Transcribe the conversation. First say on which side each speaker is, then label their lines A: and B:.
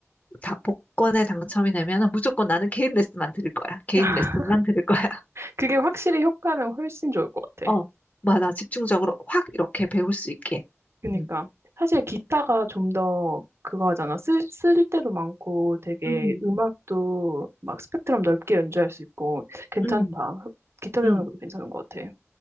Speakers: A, on the left; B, on the right.
A: 다, 복권에 당첨이 되면은 무조건 나는 개인 레슨만 들을 거야. 개인
B: <laughs>
A: 레슨만 들을 거야. <laughs>
B: 그게 확실히 효과는 훨씬 좋을 것 같아.
A: 어. 맞아. 집중적으로 확 이렇게 배울 수 있게.
B: 그니까.
A: 음,
B: 사실 기타가 좀 더 그거 하잖아. 쓸, 쓸 때도 많고 되게
A: 음,
B: 음악도 막 스펙트럼 넓게 연주할 수 있고 괜찮다.
A: 음.
B: 기타 배우는
A: 음.
B: 것도 괜찮은 것 같아.